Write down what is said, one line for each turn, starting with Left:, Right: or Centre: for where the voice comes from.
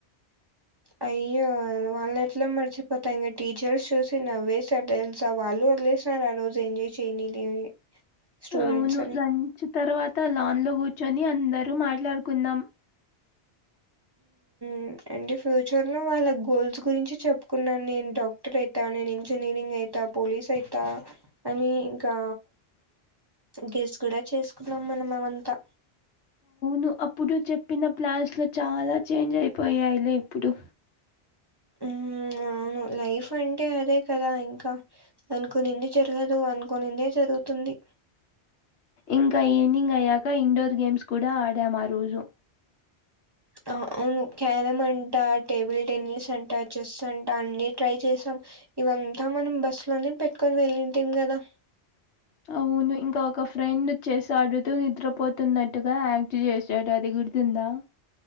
Left: <inaudible>
Right: అయ్యో వాల్లెట్ల మర్చిపోతా ఇంగ టీచర్స్ చూసి నవ్వేసార్ దెల్సా వాళ్ళు వదిలేస్ నారు ఆరోజు ఎంజాయ్ చేయనీలే అని స్టూడెంట్స్
Left: అవును లంచ్ తర్వాత లాన్ లో కూర్చొని అందరు మాట్లాడుకున్నాం.
Right: ఉ అండ్ ఫ్యూచర్ లో వాళ్ళ గోల్స్ గురించి చెప్పుకున్నాన్ నేన్ డాక్టర్ అయితా నేను ఇంజనీరింగ్ అయితా పోలీస్ అయిత అనీ ఇంకా గేస్ కూడ చేసుకున్నాం మన అవంతా
Left: ను అప్పుడు చెప్పిన ప్లాన్స్ లో చాలా చేంజ్ అయిపోయాయిలే ఇప్పుడు <inaudible>
Right: హ్మ్. అవును లైఫ్ అంటే అదే కదా ఇంకా అనుకునింది జరగదు అనుకొనిన్దే జరుగుతుంది.
Left: ఇంకా ఈవినింగ్ అయ్యాక ఇండోర్ గేమ్స్ కూడా ఆడాం ఆ రోజు.
Right: ఆ అవును క్యారమ్ అంట టేబుల్ టెన్నిస్ అంట చెస్ అంట అన్ని ట్రై చేసాం. ఇవంతా మనం బస్సు లోనే పెట్కొని వెళ్ళింటిమీ కదా.
Left: అవును ఇంకా ఒక ఫ్రెండ్ చేసాడు నిద్రపోతున్నట్టుగా యాక్ట్ చేశాడు అది గుర్తుందా